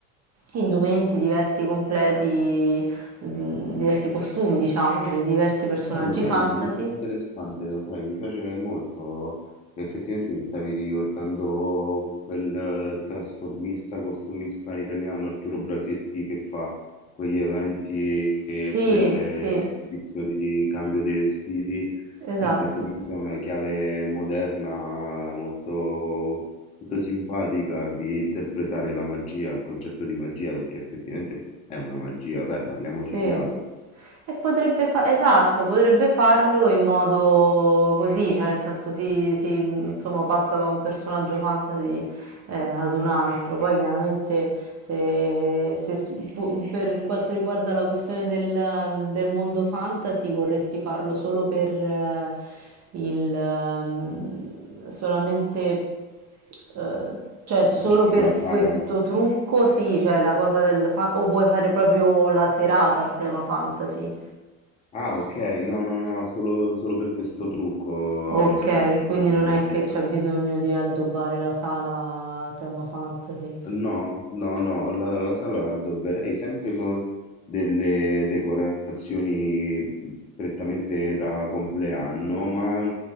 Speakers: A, on the right; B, on the left.
A: indumenti, diversi completi, mm, diversi costumi, diciamo, dei diversi personaggi
B: Bello, bello,
A: fantasy.
B: è molto interessante, lo sai, mi piace molto. Effettivamente mi stavi ricordando quel eh, trasformista, costumista italiano Arturo Brachetti che fa quegli eventi e
A: Sì,
B: quelle
A: sì.
B: edizioni di cambio dei vestiti.
A: Esatto,
B: che Effettivamente è una chiave moderna molto, molto simpatica di interpretare la magia, il concetto di magia, perché effettivamente è una magia, dai, parliamoci
A: sì.
B: chiaro.
A: E potrebbe fa- esatto, potrebbe farlo in modo così, cioè nel senso si, si, insomma, passa da un personaggio fantasy eh, ad un altro. Poi chiaramente se, se s- cu- per quanto riguarda la questione del, ehm, del mondo fantasy vorresti farlo solo per eh, il, ehm, solamente Ehm, cioè solo
B: Dici
A: per
B: per la saga?
A: questo trucco, sì, cioè la cosa del fa- o vuoi fare proprio la serata a tema fantasy?
B: Ah, ok, no, no, no, solo, solo per questo trucco, onestamente,
A: Ok, quindi
B: avevo
A: non
B: in mente
A: è che
B: di
A: c'è
B: fare-
A: bisogno di addobbare la sala a tema fantasy.
B: No, no, no, la, la sala la addobberei sempre con delle decorazioni prettamente da compleanno, ma